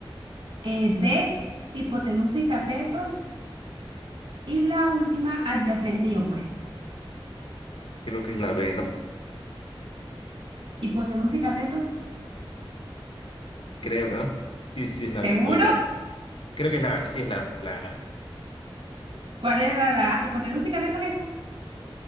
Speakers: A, on the right; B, on the left.
A: eh, B, hipotenusa y catetos, y la última, adyacente y opuesto.
B: <laughs> Creo que es la B, ¿no?
A: Hipotenusa y catetos.
B: Creo, ¿no? Sí, sí es la
A: ¿Seguro?
B: B o es la Creo que es la, sí es la, la,
A: ¿Cuál era la hipotenusa y catetos esa?